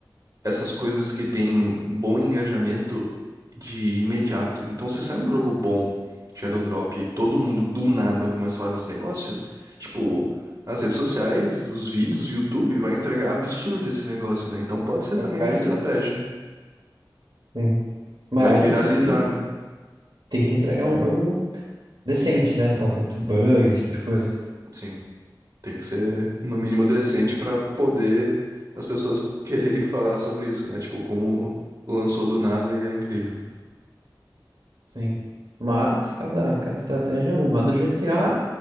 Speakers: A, on the right; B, on the right.
A: essas coisas que têm bom engajamento de imediato. Então, se sai um jogo bom, Shadow Drop, e aí todo mundo do nada começa a falar desse negócio, tipo, as redes sociais, os vídeos, o YouTube vai entregar absurdo esse negócio, né? Então pode ser também
B: cai
A: uma estratégia.
B: isso. Sim. Mas
A: Vai viralizar,
B: você tem que,
A: né?
B: tem que entregar um jogo decente, né? Não pode ter muito bug, esse tipo de coisa.
A: Sim, tem que ser no mínimo decente pra poder as pessoas quererem falar sobre isso, né? Tipo, como lançou do nada e é incrível.
B: Sim. Mas cada, cada estratégia é uma. A do GTA,